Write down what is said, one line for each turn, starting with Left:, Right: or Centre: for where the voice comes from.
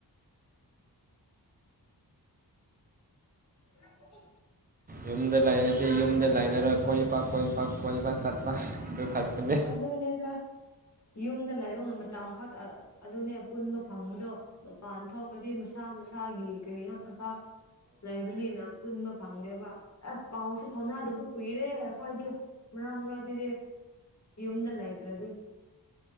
Left: <inaudible>
Right: ꯌꯨꯝꯗ ꯂꯩꯔꯗꯤ ꯌꯨꯝꯗ ꯂꯩꯅꯔꯣꯏ ꯀꯣꯏ ꯄꯥꯛ ꯀꯣꯏ ꯄꯥꯛ ꯀꯣꯏꯕ ꯆꯠꯄ ꯈꯛꯇꯅꯦ
Left: ꯑꯗꯨꯅꯦꯗꯥ ꯌꯨꯝꯗ ꯂꯥꯏꯕꯡꯃꯇꯝ ꯈꯛ ꯑꯗꯨꯅꯦ ꯄꯨꯟꯕ ꯐꯪꯕꯗꯣ ꯃꯄꯥꯟ ꯊꯣꯛꯄꯗꯤ ꯃꯁꯥ ꯃꯁꯥꯒꯤ ꯀꯔꯤꯅꯣ ꯊꯕꯥꯛ ꯂꯩꯕꯅꯤꯅ ꯄꯨꯟꯕ ꯐꯪꯗꯦꯕ ꯑꯁ ꯄꯥꯎꯁꯨ ꯐꯥꯎꯅꯥ ꯑꯗꯨꯕꯨ ꯀꯨꯏꯔꯦ ꯑꯩꯣꯏꯗꯤ ꯃꯔꯛ ꯃꯔꯛꯇꯗꯤ ꯌꯨꯝꯗ ꯂꯩꯇ꯭ꯔꯗꯤ